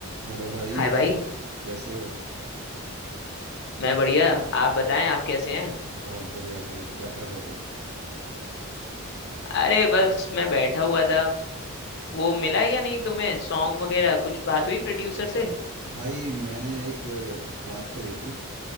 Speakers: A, on the right; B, on the left.
A: हेलो भाई
B: हाय भाई
A: कैसे हो
B: मैं बढ़िया आप बताएं आप कैसे हैं
A: बहुत बढ़िया भाई क्या कर रहे थे
B: अरे बस मैं बैठा हुआ था वो मिला या नहीं तुम्हें सॉन्ग वगैरह कुछ बात हुई प्रोड्यूसर से
A: भाई मैंने एक अ, बात करी थी